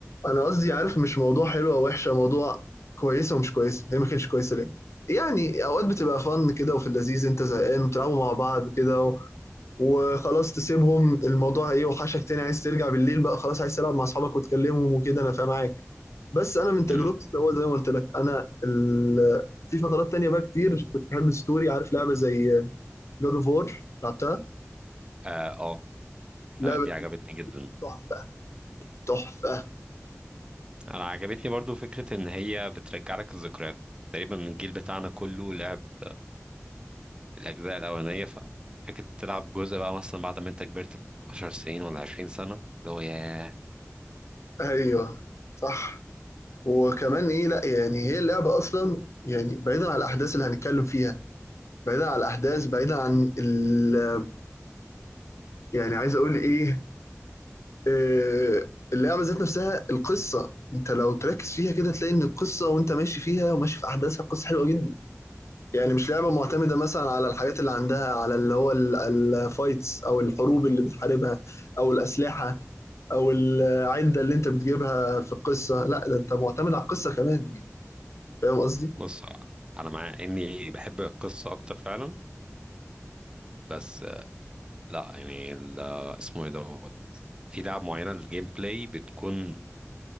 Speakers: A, on the left (about 60°); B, on the right (about 20°).
A: انا قصدي عارف مش موضوع حلو او وحشه موضوع كويسه ومش كويسه هي ما كانتش كويسه ليه يعني اوقات بتبقى فن كده وفي اللذيذ انت زهقان وتلعبوا مع بعض كده و... وخلاص تسيبهم الموضوع ايه وحشك تاني عايز ترجع بالليل بقى خلاص عايز تلعب مع اصحابك وتكلمهم وكده انا فاهم معاك بس انا من تجربتي
B: امم
A: اللي هو زي ما قلت لك انا ال... في فترات تانية بقى كتير كنت بحب الستوري عارف لعبة زي جاد اوف وور لعبتها
B: آه, اه
A: لعبة
B: اه دي عجبتني جدا
A: تحفة تحفة
B: انا عجبتني برضو فكره ان هي بترجع لك الذكريات تقريبا الجيل بتاعنا كله لعب الأجزاء الأولانية ففكرة تلعب جزء بقى مثلا بعد ما أنت كبرت بعشر سنين ولا عشرين سنة اللي هو ياه
A: ايوه صح وكمان ايه لا يعني هي اللعبة اصلا يعني بعيدا عن الاحداث اللي هنتكلم فيها بعيدا عن الاحداث بعيدا عن ال... يعني عايز اقول ايه آه، اللعبة ذات نفسها القصة انت لو تركز فيها كده تلاقي ان القصة وانت ماشي فيها وماشي في احداثها القصة حلوة جدا يعني مش لعبة معتمدة مثلا على الحاجات اللي عندها على اللي هو ال- الفايتس أو الحروب اللي بتحاربها أو الأسلحة أو العدة اللي أنت بتجيبها في القصة لا ده أنت معتمد على القصة كمان يعني فاهم قصدي؟
B: بص أنا مع إني بحب القصة أكتر فعلا بس آه، لأ يعني ال- آه، اسمه إيه دوت في لعب معينة الجيم بلاي بتكون